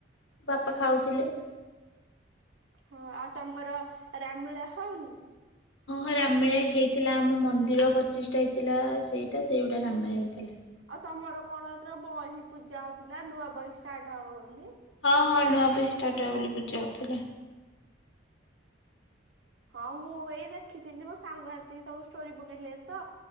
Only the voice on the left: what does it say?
ବାପା ଖାଉଥିଲେ।
ହଁ ହଁ ରାମମେଳା ହେଇଥିଲା ଆମ ମନ୍ଦିର ପଚିଶଟା ହେଇଥିଲା ସେଇଟା ସେଇଗୁଟା ରାମିମେଳା ହେଇଥିଲା।
ହଁ ହଁ ନୂଆ ବହି ଷ୍ଟାର୍ଟ ହବ ବୋଲି ପୂଜା ହଉଥିଲେ।